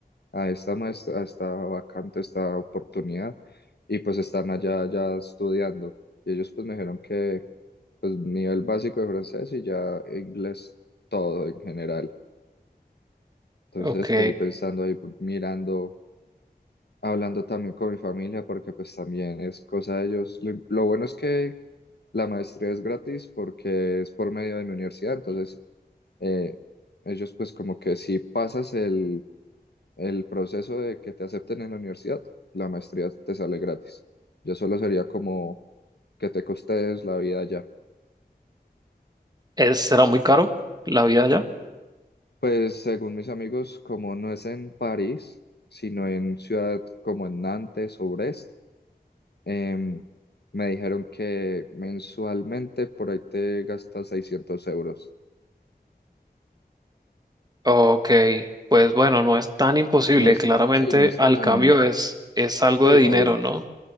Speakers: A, on the left; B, on the right.
A: a esta maestra, a esta vacante, esta oportunidad, y pues están allá ya estudiando. Y ellos pues me dijeron que pues nivel básico de francés y ya inglés todo en general. Entonces
B: Ok.
A: estoy pensando ahí, pues, mirando, hablando también con mi familia, porque pues también es cosa de ellos. Lo, lo bueno es que la maestría es gratis porque es por medio de mi universidad, entonces eh, ellos pues como que si pasas el, el proceso de que te acepten en la universidad, la maestría te sale gratis. Yo solo sería como que te costees la vida allá.
B: ¿Es, será muy caro la vida allá?
A: Pues según mis amigos, como no es en París, sino en ciudad como en Nantes o Brest, em, me dijeron que mensualmente por ahí te gastas 600 euros.
B: Ok. Pues bueno, no es tan imposible.
A: No es,
B: Claramente,
A: sí, no es
B: al
A: tanto.
B: cambio es, es algo
A: Sí,
B: de dinero,
A: obvio.
B: ¿no?